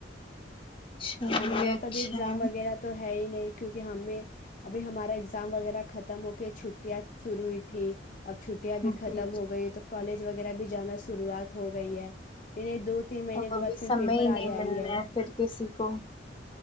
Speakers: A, on the left; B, on the left.
A: چلیے
B: تو ہمارا
A: اچھا
B: توبھی ایگزام
A: ہے.
B: وغیرہ تو ہے ہی نہیں کیونکہ ہمیں ابھی ہمارا اگزام وغیرہ ختم ہو کے چھٹیاں شروع ہوئی تھی اب چھٹیاں بھی
A: جی
B: ختم ہو گئی ہے تو کالج وغیرہ بھی جانا شروعات ہو گئی ہے پھر ایک دو تین مہینے
A: اب
B: کے
A: ابھی
B: بعد پھر
A: سمے
B: پیپر
A: ہی
B: آ
A: نہیں
B: جائیں
A: ملنا
B: گے
A: ہے پھر کسی کو ہاں